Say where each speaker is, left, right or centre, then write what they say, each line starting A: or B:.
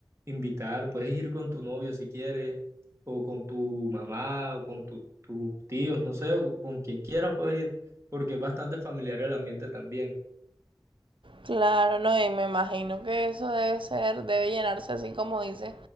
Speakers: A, on the right; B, on the right.
A: invitar, puedes ir con tu novio si quieres, o con tu mamá, o con tu- tus tíos, no sé, o con quien quieras puedes ir, porque es bastante familiar el ambiente también.
B: Claro, no, y me imagino que eso debe ser, debe llenarse así como dice,